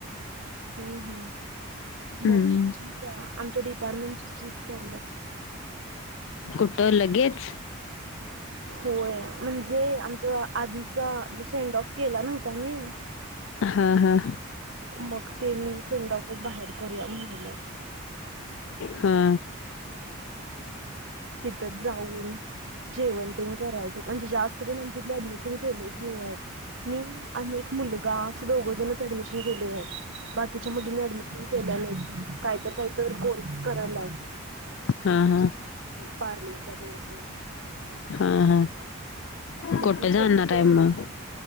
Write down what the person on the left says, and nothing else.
हम्म
कुठं लगेच
हा हा
हा
हा हा
हा हा
कुठं
जाणार आहे मग